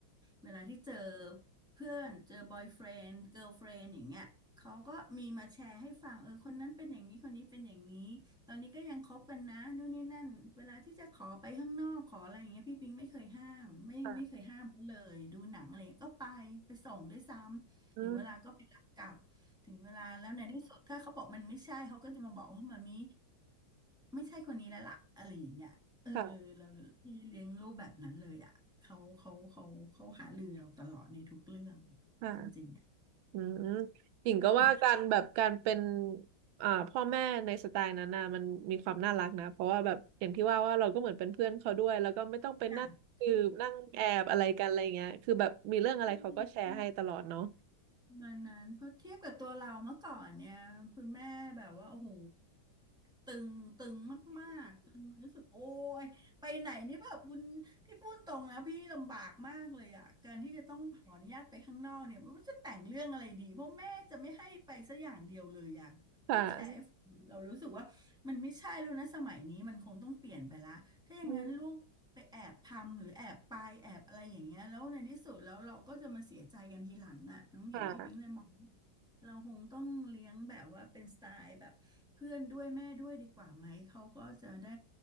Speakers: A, in the centre; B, on the right.
A: เวลาที่เจอ เพื่อนเจอบอยเฟรนด์เกิร์ลเฟรนด์อย่างเงี้ยเขาก็มีมาแชร์ให้ฟังเออคนนั้นเป็นอย่างนี้คนนี้เป็นอย่างนี้ตอนนี้ก็ยังคบกันนะนู่นนี่นั่นเวลาที่จะขอไปข้างนอกขออะไรอย่างเงี้ยพี่ปิงไม่เคยห้ามไม่ไม่เคยห้ามเขาเลยดูหนังอะไรเงี้ยก็ไปไปส่งด้วยซ้ำถึงเวลาก็ไปรับกลับ
B: ค่ะ อืม
A: ถึงเวลาแล้วในที่สุดถ้าเขาบอกมันไม่ใช่เขาก็จะมาบอกว่ามามีไม่ใช่คนนี้แล้วล่ะอะไรอย่างเงี้ย เออเราที่เลี้ยงลูกแบบนั้นเลยอ่ะเขาเขาเขาเขาหารือเราตลอดในทุกเรื่อง
B: ค่ะค่ะ
A: จริงๆอ
B: อืมหญิงก็ว่าการแบบการเป็น
A: ่ะ
B: อ่าพ่อแม่ในสไตล์นั้นน่ะมันมีความน่ารักนะ เพราะว่าแบบอย่างที่ว่าว่าเราก็เหมือนเป็นเพื่อนเขาด้วย แล้วก็ไม่ต้องไปนั่งสืบนั่งแอบอะไรกันอะไรเงี้ยคือแบบมีเรื่องอะไรเขาก็แชร์ให้ตลอดเนาะ
A: <laughs> จ้ะใช่ ประมาณนั้นเพราะเทียบกับตัวเราเมื่อก่อนเนี่ยคุณแม่แบบว่าโอ้โหตึงตึงมากๆตึงรู้สึกโอ้ยไปไหนนี่แบบคุณพี่พูดตรงนะพี่ลำบากมากเลยอ่ะการที่จะต้องขออนุญาตไปข้างนอกเนี่ยไม่รู้จะแต่งเรื่องอะไรดีเพราะแม่จะไม่ให้ไปสักอย่างเดียวเลยอ่ะพี่แชร์ให้ฟังเรารู้สึกว่ามันไม่ใช่แล้วนะสมัยนี้มันคงต้องเปลี่ยนไปละถ้าอย่างนั้นลูก
B: <laughs> ค่ะอืม
A: ไปแอบทำหรือแอบไปแอบอะไรอย่างเงี้ยแล้วในที่สุดแล้วเราก็จะมาเสียใจกันทีหลังอ่ะน้องหญิงพี่ปิ๊งเลยมองว่า
B: ค่ะ
A: เราคงต้องเลี้ยงแบบว่าเป็นสไตล์แบบเพื่อนด้วยแม่ด้วยดีกว่าไหมเขาก็จะได้